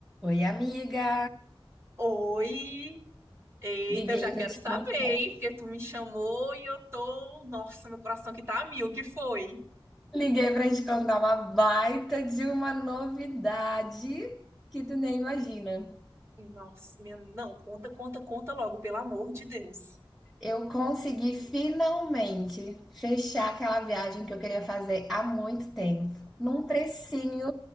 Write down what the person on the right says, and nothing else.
Oi! Eita,
eu já quero
saber,
hein? Porque tu me chamou e eu tô. Nossa, meu coração que tá a mil, o que foi?
Nossa, minha... não, conta, conta, conta logo, pelo amor de Deus.